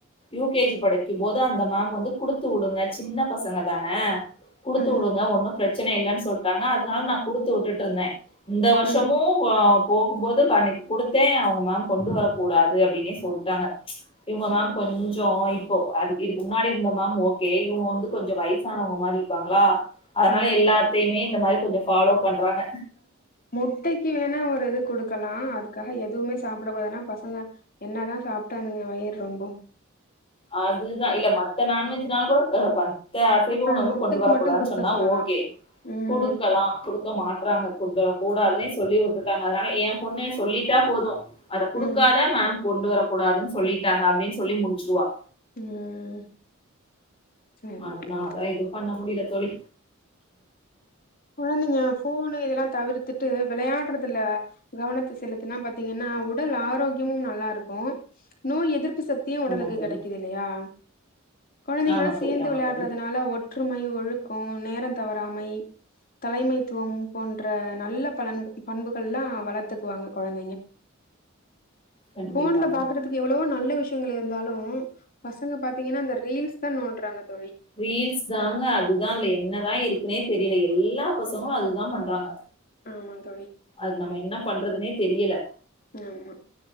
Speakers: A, on the left; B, on the left.
A: யூகேஜி படிக்கும் போது அந்த மேம் வந்து குடுத்து விடுங்க சின்ன பசங்க தான குடுத்து
B: ம்
A: விடுங்க ஒன்னு பிரச்சன இல்லன்னு சொல்டாங்க அதனால நா குடுத்து விட்டுட்டு இருந்தே இந்த வருஷமு
B: ம்
A: போ போகும்போது அன்னைக்கு குடுத்தே அவங்க மேம் கொண்டு வரக் கூடாது அப்டின்னே சொல்டாங்க இவங்க மேம் கொஞ்சோ இப்போ அதுக்கு இதுக்கு முன்னாடி இருந்த மேம் ஓகே இவங்க வந்து கொஞ்சோ வயசானவங்க மாரி இருப்பாங்களா அதனால
B: ஓ
A: எல்லாத்தயுமே இந்த மாரி கொஞ்சோ பாலோ பண்றாங்க
B: முட்டைக்கு வேணா ஒரு இது குடுக்கலா அதுக்காக எதுவுமே சாப்டக்கூடாதுன்னா பசங்க என்னதா சாப்ட்டு அதுங்க வயிறு ரொம்பு
A: அதுதா இல்ல மத்த நான்வெஜ்னால கூட பர த அசைவ
B: ஆ
A: உணவு
B: முட்டைக்கு
A: கொண்டு வரக்கூடாதுன்னு
B: மட்டு குடுக்க
A: சொன்னா
B: சொல்லலா
A: ஓகே
B: ம்
A: குடுக்கலா குடுக்க மாட்றாங்க ஃபுட்ட கூடாதுன்னே சொல்லி விட்டுட்டாங்க அதனால ஏ பொண்ணு சொல்லிட்டா போது அத குடுக்காத
B: ம்
A: மேம் கொண்டு வரக்கூடாதுன்னு சொல்லிட்டாங்க அப்டின்னு சொல்லி முடிச்சிருவா
B: ம் சரி
A: அதுனால
B: தோழி
A: எதுவு பண்ண முடில தோழி
B: கொழந்தைங்க ஃபோனு இதெல்லா தவிர்த்துட்டு விளையாடுறதுல கவனத்த செலுத்துனா பாத்தீங்கன்னா உடல் ஆரோக்கியமும் நல்லா இருக்கு நோய் எதிர்ப் பு சக்தியு உடலுக்கு
A: ஆமா தோழி
B: கிடைக்குது இல்லையா கொழந்தைகளோட
A: ஆமா தோழி
B: சேந்து
A: ஆமா
B: விளையாடுறதுனால
A: தோழி
B: ஒற்றுமை ஒழுக்கோ நேரோ தவறாமை தலைமைத்துவம் போன்ற நல்ல பலன் பண்புகள்ல்லா வளத்துக்குவாங்க கொழந்தைங்க
A: கண்டிப்பாங்க
B: ஃபோன்ல பாக்குறது க்கு எவ்வளவோ நல்ல விஷயங்கள் இருந்தாலு பசங்க பாத்தீங்கன்னா இந்த ரீல்ஸ் தா நோண்டுறாங்க தோழி
A: ரீல்ஸ் தாங்க அதுதா அதுல என்னதா இருக்குன்னே தெரியல எல்லா பசங்களு அதுதா பண்றாங்க
B: ஆமா தோழி
A: அது நம்ம என்ன பண்றதுன்னே தெரியல
B: ஆமா